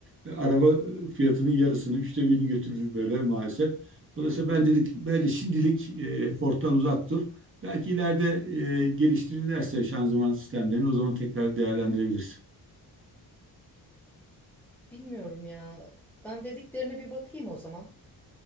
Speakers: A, on the right; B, in the centre.
A: e, araba fiyatının yarısını, üçte birini götürür böyle maalesef. Dolayısıyla ben dedik, bence şimdilik e, Ford'dan uzak dur. Belki ileride e, geliştirirlerse şanzıman sistemlerini o zaman tekrar değerlendirebiliriz.
B: Bilmiyorum ya. Ben dediklerine bir bakayım o zaman.